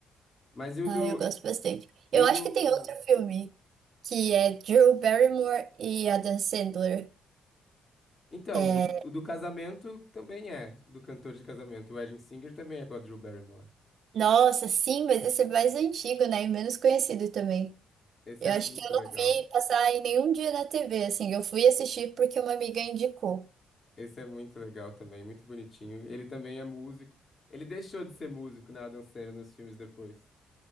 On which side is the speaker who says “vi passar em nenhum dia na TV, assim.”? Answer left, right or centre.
Right